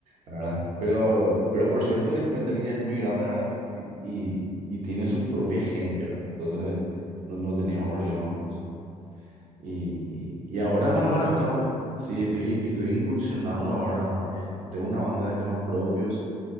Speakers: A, on the right; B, on the left.
A: ¿verdad? Pero, pero por suerte Metallica es muy grande, ¿verdad? Y, y, y y tiene su propia gente, ¿verdad? Entonces, no, no tenemos problemas con eso. Y, y ahora
B: Qué buena
A: está,
B: onda.
A: sí, estoy, estoy incursionando ahora en, tengo una banda de temas propios